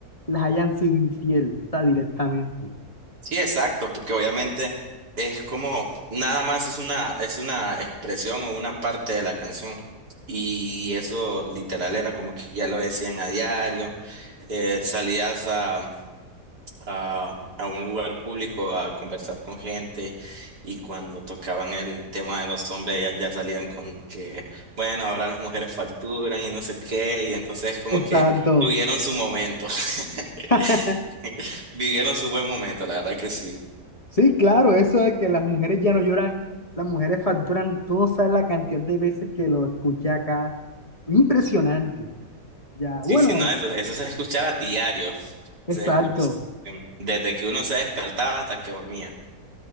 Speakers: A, on the left; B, on the right.
A: las hayan sido infiel, o sea, directamente.
B: Sí, exacto, porque obviamente es como nada más es una es una expresión o una parte de la canción. Y eso literal era como que ya lo decían a diario, eh, salías a, a, a un lugar público a conversar con gente y cuando tocaban el tema de los hombres ellas ya salían con que, bueno, ahora las mujeres facturan y no sé qué, y entonces como
A: Exacto.
B: que tuvieron su momento, <laughs>
A: <laughs>
B: vivieron su buen momento, la verdad que sí.
A: Sí, claro, eso de que las mujeres ya no lloran, las mujeres facturan, tú no sabes la cantidad de veces que lo escuché acá. Impresionante. Ya,
B: Sí,
A: bueno,
B: sí, no, eso, eso se escuchaba diario.
A: exacto.
B: Se escuch- desde que uno se despertaba hasta que dormía.